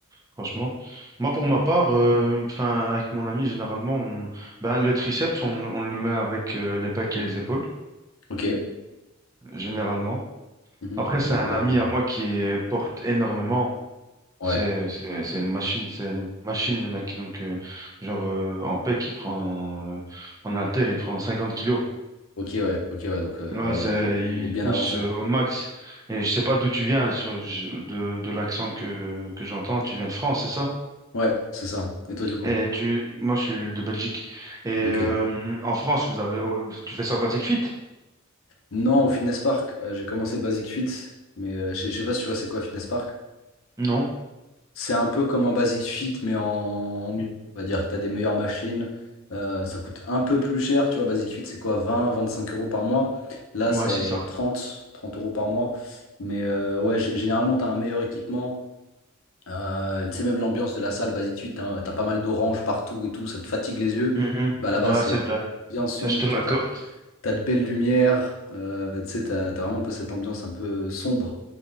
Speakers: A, on the right (about 15°); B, on the left (about 70°).
A: franchement. Moi, pour ma
B: Mm.
A: part, euh, enfin, avec mon ami, généralement, on, ben, le triceps, on, on le met avec euh, les pecs et les épaules,
B: Ok.
A: généralement.
B: Mhm.
A: Après, c'est
B: Donc
A: un
B: ouais,
A: ami
B: une-
A: à moi qui euh, porte énormément.
B: ouais.
A: C'est, c'est, c'est une machine, c'est une machine, le mec. Donc, euh, genre, euh, en pec, il prend, euh, en haltère, il prend 50 kilos.
B: Ok, ouais, ok, ouais. Donc euh,
A: Ouais, c'est,
B: ouais, ouais, il est,
A: il
B: il est bien
A: pousse
B: avancé.
A: euh, au max. Et je sais pas d'où tu viens sur, je- de, de l'accent que, que j'entends. Tu viens de France, c'est ça?
B: Ouais, c'est ça. Et toi du coup?
A: Et tu, moi, je suis de Belgique. Et euh,
B: Ok.
A: en France, vous avez, oh, tu fais ça au Basic Fit?
B: Non, au Fitness Park, euh, j'ai commencé Basic Fit, mais euh, je sais je sais pas si tu vois c'est quoi Fitness Park.
A: Non?
B: C'est un peu comme un Basic Fit, mais en, en mieux. On va dire, tu as des meilleures machines. euh, ça coûte un peu plus cher. Tu vois, Basic Fit, c'est quoi? vingt vingt-cinq euros par mois. Là,
A: Ouais,
B: c'est
A: c'est ça.
B: trente trente euros par mois. Mais euh, ouais, g- généralement, tu as un meilleur équipement. Euh, tu sais, même l'ambiance de la salle, Basic Fit, tu as, pas mal d'oranges partout et tout. Ça te fatigue les yeux.
A: Mhm.
B: Bah, là-bas,
A: Ouais,
B: c'est
A: c'est vrai.
B: bien sombre.
A: Ça, je te l'accorde.
B: Tu vois, tu as, de belles lumières. euh, tu sais, tu as, vraiment un peu cette ambiance un peu sombre